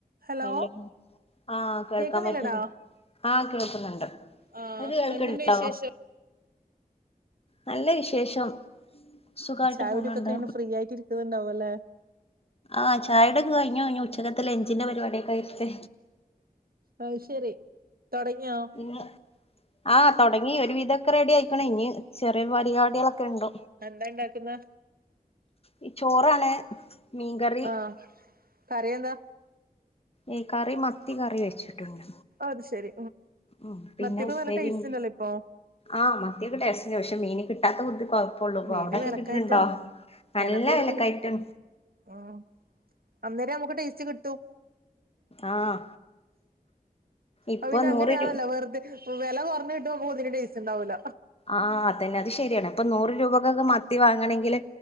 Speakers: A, on the right; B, on the left.
A: hello
B: എല്ല ആഹ് കേൾക്കാൻ
A: കേക്കുന്നില്ലടാ
B: പറ്റി ആഹ് കേൾക്കുന്നുണ്ട്
A: ആഹ്
B: ഇങ്ങക്ക് കേൾക്കണ്ടോ
A: എന്തുണ്ട് വിശേഷം
B: നല്ല വിശേഷം സുഖായിട്ട്
A: ചായൊടിക്കെ
B: പോണുണ്ട്
A: കഴിഞ്ഞ് ഫ്രീ ആയിട്ടിരിക്കുന്നുണ്ടാവല്ലേ
B: ആഹ് ചായൊടിയൊക്കെ കഴിഞ്ഞു ഇഞ് ഉച്ചക്കത്തെ ലഞ്ചിന്റെ പരിപാടിയൊക്കെ ആയിട്ട്
A: അത് ശരി തുടങ്ങിയോ
B: ഇന്ന് ആഹ് തൊടങ്ങി ഒരു വിധൊക്കെ റെഡി ആയിക്ക്‌ണ് ഇഞ് ചെർ കുറെ പരിപാടികളൊക്കെണ്ട്
A: എന്താ ഇണ്ടാക്കുന്നെ
B: ഈ ചോറാണ് മീൻകറി
A: ആഹ് കറിയെന്താ
B: ഈ കറി മത്തി കറി വെച്ചിട്ടുണ്ട്
A: അത് ശരി
B: ഉം പിന്നെ
A: മത്തിയൊക്കെ
B: ഉപ്പേരീം
A: നല്ല ടേസ്റ്റ് ഉണ്ടല്ലോ ഇപ്പൊ
B: ആഹ് മത്തിയൊക്കെ ടേസ്റ്റന്നെ പക്ഷെ മീന് കിട്ടാത്ത ബുദ്ധി കൊഴപ്പോള്ളൂ ഇപ്പോവടക്കേ
A: മീന് വെലക്കയറ്റാ
B: കിട്ടുണ്ടോ നല്ല
A: വെല കൂടുതല്
B: വിലക്കയറ്റം
A: ഉം അന്നേരം നമുക്ക് ടേസ്റ്റ് കിട്ടും
B: ആഹ് ഇപ്പൊ
A: അത് പിന്നെ
B: നൂറ്
A: അങ്ങനെയാണല്ലോ
B: രൂ
A: വെറുതെ വില കുറഞ്ഞുകിട്ടുമ്പോ നമുക്കൊന്നിനും ടേസ്റ്റുണ്ടാവില്ല
B: ആഹ് അതന്നെ അത് ശരിയാണ് ഇപ്പൊ നൂറ് രൂപക്കൊക്കെ മത്തി വാങ്ങണെങ്കില്